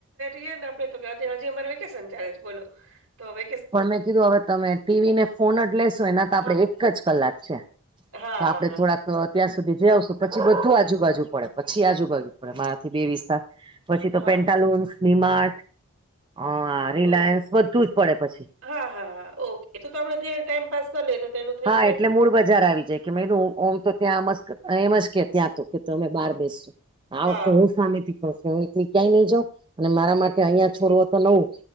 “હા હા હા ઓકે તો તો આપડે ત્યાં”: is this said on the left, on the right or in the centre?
Right